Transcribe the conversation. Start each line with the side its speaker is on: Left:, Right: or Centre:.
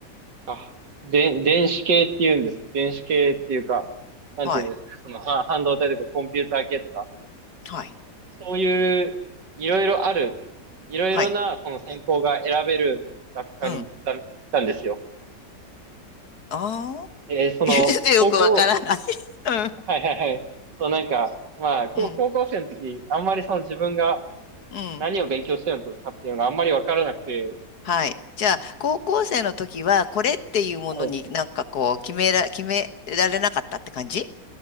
Right: あ、で、電子系っていうんです。電子系っていうか、なんていうんですかね、
Left: はい。
Right: その、は、半導体とかコンピューター系とか、
Left: はい。
Right: そういう、いろいろある、いろいろな、
Left: はい。
Right: その専攻が選べる学科に行った、
Left: うん。
Right: 行ったんですよ。
Left: ああ。
Right: で、
Left: <laughs>
Right: その、
Left: 言っててよくわからない。
Right: 高校、
Left: <laughs>
Right: はいはいはい。そう、なんか、まあ、高高校生の時、
Left: うん。うん。
Right: あんまりその自分が
Left: うん。うん
Right: 何を勉強してるのかっていうのがあんまりわからなくて、
Left: はい。じゃあ、高校生の時は、これっていうものになんかこう、
Right: はい
Left: 決めら、決められなかったって感じ